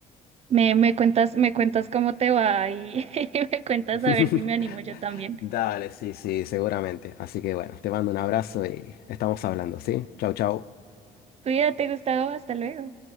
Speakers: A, on the right; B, on the left.
A: Me me cuentas me cuentas cómo te va y <laughs> me cuentas
B: <laughs>
A: a ver si me animo yo también.
B: Dale, sí, sí, seguramente. Así que bueno, te mando un abrazo y estamos hablando, ¿sí? Chau, chau.
A: Cuídate, Gustavo, hasta luego.